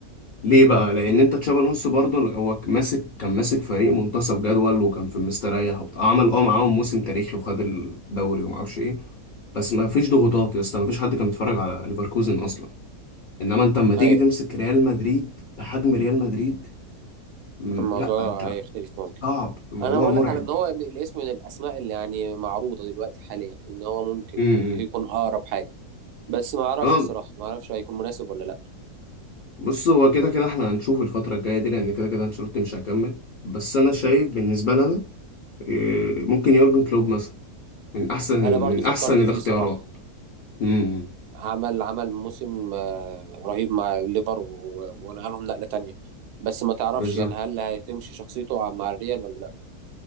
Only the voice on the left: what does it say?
ليه بقى لان
انت تشابي الونسو برضه هو ماسك كان ماسك فريق منتصف جدول وكان في مستريح وبتاع آه، عمل اه معاهم موسم تاريخي وخد الدوري وما اعرفش ايه بس ما فيش ضغوطات يا اسطى ما فيش حد كان بيتفرج على ليفركوزن اصلا انما انت اما تيجي
تمسك ريال مدريد بحجم ريال مدريد مم،
لا انت
صعب الموضوع
مرعب
امم
انا
بص هو كده كده احنا هنشوف الفتره الجايه دي لان كده كده انشيلوتي مش هيكمل بس انا شايف بالنسبه لنا إيه، ممكن يورجن كلوب مثلا من احسن
من
احسن الاختيارات
امم
بالظبط